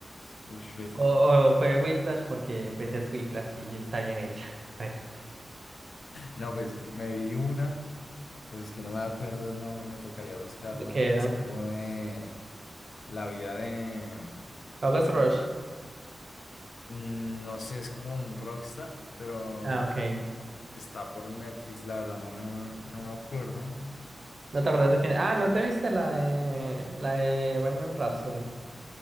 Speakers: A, on the left; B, on the right.
A: Uf, pues,
B: O, o fue Whiplash porque pues es Whiplash y está bien hecha. <laughs> A ver,
A: no, pues me vi una, pero es que no me acuerdo el nombre, me tocaría buscarla.
B: ¿de qué era?
A: Es como de la vida de,
B: August Rush.
A: mm, no sé, es como un rockstar, pero
B: Ah, ok.
A: está por Netflix, la verdad, no me, no me acuerdo.
B: ¿No te acuerdas de quién? Ah, ¿no te viste la de, la de Bohemian Rhapsody?